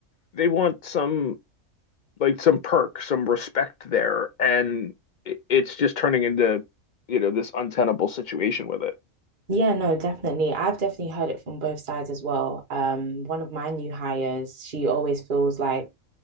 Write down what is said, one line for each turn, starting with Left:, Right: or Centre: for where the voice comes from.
Left: they want some like some perk, some respect there, and it- it's just turning into, you know, this untenable situation with it.
Right: Yeah, no, definitely. I've definitely heard it from both sides as well. Um, one of my new hires, she always feels like